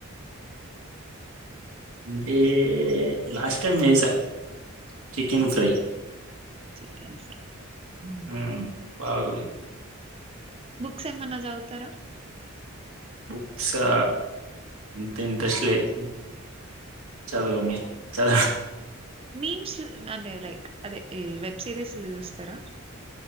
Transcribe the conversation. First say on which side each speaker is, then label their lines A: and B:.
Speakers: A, on the right; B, on the right.
A: అంటే లాస్ట్ టైమ్ చేసా చికెన్ ఫ్రై
B: చికెన్ ఫ్ర్ మ్
A: హ్మ్. బాగుంది.
B: బుక్స్ ఏమన్నా జవుతారా
A: బుక్సా అంత ఇంట్రెస్ట్ లేదు చదువ మీ చ
B: మీన్స్ అంటేలైక్ అదే ఈ వెబ్ సిరీస్లు చూస్తారా